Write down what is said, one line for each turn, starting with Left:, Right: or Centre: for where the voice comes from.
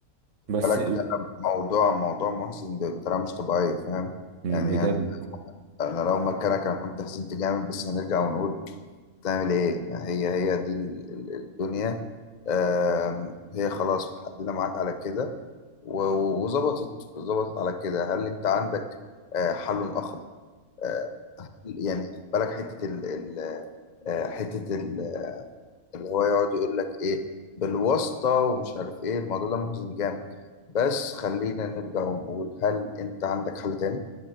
Right: بس
Left: بالك
Right: ال-
Left: ده موضوع موضوع محزن بطريقة مش طبيعية فاهم
Right: بجد
Left: يعني انا لو مكانك انا كنت حزنت جامد بس هنرجع ونقول تعمل ايه هي هي دي ال- ال- الدنيا آم، هي خلاص محددة معاك على كده و- و- وظبطت ظبطت على كده هل انت عندك آه، حل اخر آه، يعني خد بالك حتة ال ال- آه، حتة ال- اللي هو يقعد يقول لك ايه بالواسطة ومش عارف ايه الموضوع ده محزن جامد بس خلينا نرجع ونقول هل انت عندك حل تاني؟